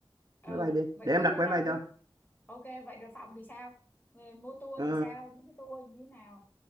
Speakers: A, on the left; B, on the right.
A: ừ
B: máy bay đi
A: vậy
B: để em
A: thì
B: đặt
A: bye
B: vé
A: bye
B: máy bay
A: đi
B: cho.
A: ok vậy rồi phòng thì sao Ờ, mua tour
B: Ờ,
A: thì sao những cái tour như thế nào